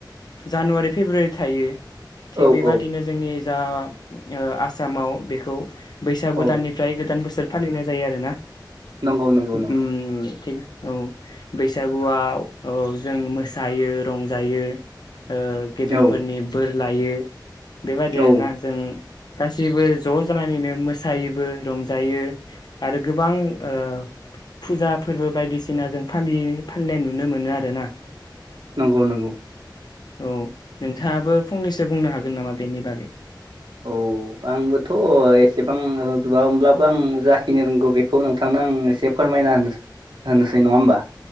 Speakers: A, on the left; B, on the right.
A: जानुवारि फेब्रुवारि थायो थिग
B: औ
A: बेबादिनो
B: औ
A: जोंनि जा ओ आसामाव बेखौ बैसागुदाननिफ्राय
B: औ
A: गोदान बोसोर फालिनाय जायो आरो ना?
B: नंगौ नंगौ नोंथां
A: उम थिग औ बै बैसागुआव ओ जों मोसायो रंजायो ओ गेदेरफोरनि
B: औ
A: बोर लायो। बेबादि
B: औ
A: आरोना जों गासिबो ज' जानानैनो मोसायोबो रंजायो आरो गोबां ओ फुजा फोरबो बायदिसिना जों फालियो फालिनाय नुनो मोनो आरो ना।
B: नंगौ नंगौ।
A: औ नोंथाङाबो फंनैसो बुंनो हागोन नामा बेनि बागै?
B: औ आंबोथ' एसेबां रोंजुबा होमब्लाबो आं जाखिनि रोंगौ बेखौ नोंथांनो आं एसे फोरमायना होनो होनोसै नङा होमबा?